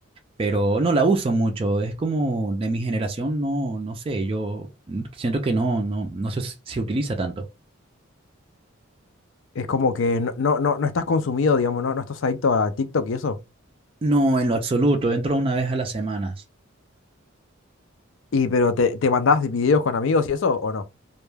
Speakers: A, on the right (about 25°); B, on the left (about 65°).
A: pero no la uso mucho. Es como de mi generación, no, no sé, yo siento que no, no, no se, se utiliza tanto.
B: Es como que no, no, no, no estás consumido, digamos, no, no estás adicto a TikTok y eso.
A: No, en lo absoluto, entro una vez a las semanas.
B: Y pero te, te mandás videos con amigos y eso, ¿o no?